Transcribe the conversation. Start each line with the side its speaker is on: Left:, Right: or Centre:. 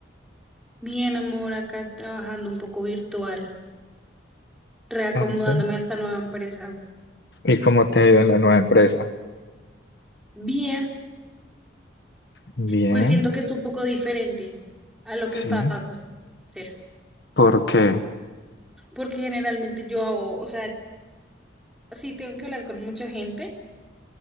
Centre: Bien, amor, acá trabajando un poco virtual, reacomodándome
Left: Ah, sí.
Centre: a esta nueva empresa.
Left: ¿Y cómo te ha ido en la nueva empresa?
Centre: Bien,
Left: Bien,
Centre: pues siento que es un poco diferente a lo
Left: sí.
Centre: que estaba acostumbrada a hacer,
Left: ¿Por qué?
Centre: porque generalmente yo hago, o sea, sí tengo que hablar con mucha gente,